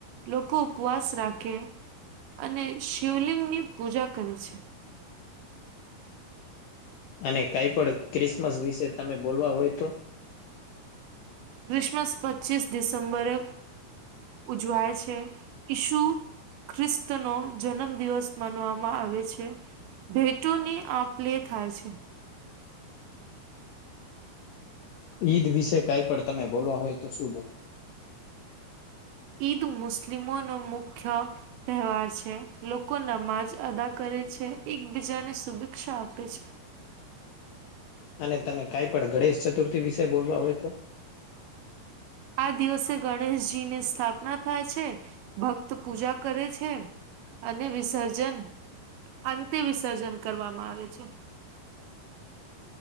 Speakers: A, on the right; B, on the left.
A: લોકો ઉપવાસ રાખે અને શિવલિંગની પૂજા કરે છે.
B: અને કાઈ પણ ક્રિસમસ વિશે તમે બોલવા હોય તો
A: ક્રિસમસ પચીસ ડિસેમ્બરે ઉજવાય છે. ઈસુ ખ્રસ્તનો જન્મ દિવસ માનવામાં આવે છે. ભેટોની આપલેે થાય છે.
B: ઈદ વિશે કઈ પણ તમે બોલવા હોય તો શું બોલો?
A: ઈદ મુસ્લિમોનો મુખ્ય તહેવાર છે, લોકો નમાજ અદા કરે છે, એકબીજાને શુભેચ્છા આપે છે
B: અને તમે કાઈ પણ ગણેશ ચતુર્થી વિશે બોલવા હોય તો?
A: આ દિવસે ગણેશજીની સ્થાપના થાય છે, ભક્ત પૂજા કરે છે. અને વિસર્જન અંતે વિસર્જન કરવામાં આવે છે.